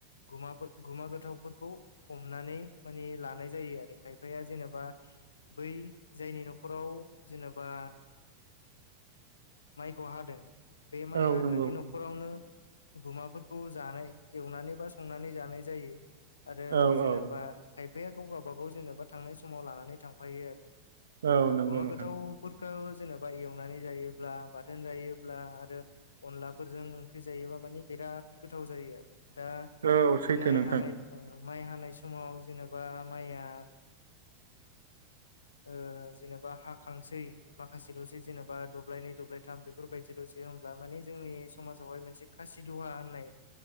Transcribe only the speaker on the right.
औ
नंगौ
औ
औ
औ नंगौ
नोंथां
औ सैथो
नोंथां